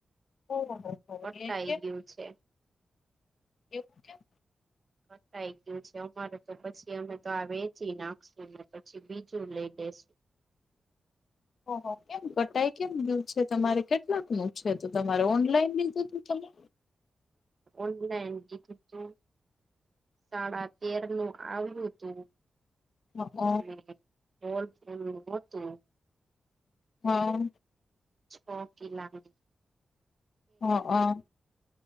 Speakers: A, on the left (about 65°); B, on the right (about 50°).
A: ઓહો હો હો!
B: કટાઈ
A: એમ કેમ?
B: ગયું છે
A: એવું કેમ?
B: <inaudible> કટાઈ ગયું છે અમારે તો પછી અમે તો આ વેચી નાખશું ને પછી બીજું લઈ દેશુ.
A: ઓહો! કેમ કટાઈ કેમ ગયું છે, તમારે કેટલાકનું છે? તો તમારે ઓનલાઈન લીધું તું તમે?
B: ઓનલાઈન લીધું તું. સાડા તેરનું આવ્યું તું.
A: હા
B: ને હોલસેલનું હતું.
A: હા.
B: છો કિલ્લાનું.
A: હ અ.